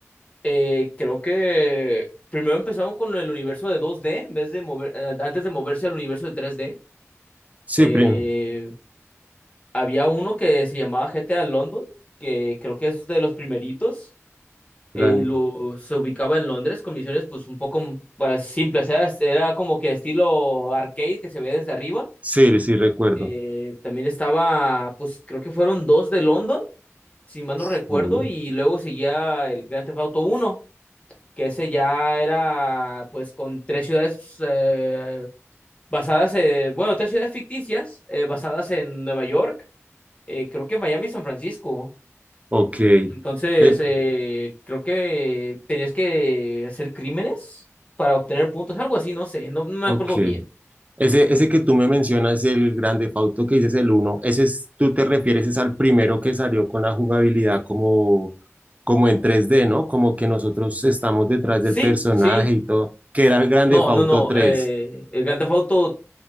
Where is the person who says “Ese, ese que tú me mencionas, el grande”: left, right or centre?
Right